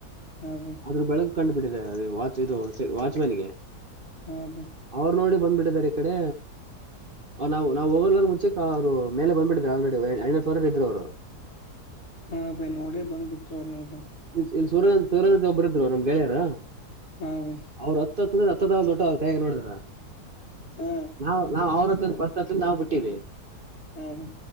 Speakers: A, on the left; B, on the right.
A: ಹಾ ಬೈ
B: ಆದ್ರೂ ಬೆಳಗ್ ಕಂಡು ಬಿಿಡಿದೆ ಅ ವಾಚ್ ಇದು ವಾಚ್ಮೆನ್ಗೆ
A: ಹಾ ಬೈ
B: ಅವ್ರು ನೋಡಿ ಬಂದ್ಬಿಟ್ಟಿದ್ದಾರೆ ಕರೀ ನಾವು ನಾವು ಹೋಗರ ಮುಂಚೆ ಅವರು ಮೇಲೆ ಬಂದಿದೆ ಆಲ್ರೆಡಿ ಎರಡ ನೆ ಫ್ಲೋರ್ ಅಲ್ಲಿ ಇದ್ರು ಅವರು
A: ಹಾ ಬೈ ನೋಡಿ ಬಂದ್ ಬಿಟ್ರ ಅವ್ರು ನಿಮ್ಗೆ
B: ಇ ಇಲ್ಲಿ ಸೂರ್ಯನಂದ ಸೂರ್ಯನಂದ ಒಬ್ಬರು ಇದ್ರು ನಮ್ ಗೆಳೆಯರ
A: ಹಾ ಬೈ
B: ಅವ್ರ ಹತ್ತು ಹತ್ತ ಅಂದ್ರ ಹತ್ತತ್ತ ದೊಡ್ಡ ಅವ್ರ ಕಾಯ ನೋಡಿದ್ರ
A: ಹಾ
B: ನಾವವು ನಾವವು ಅವ್ರ ಹತ್ ಫಸ್ಟ್ ಹತ್ ನಾವವು ಬಿಟ್ಟವಿ
A: ಹಾ ಬೈ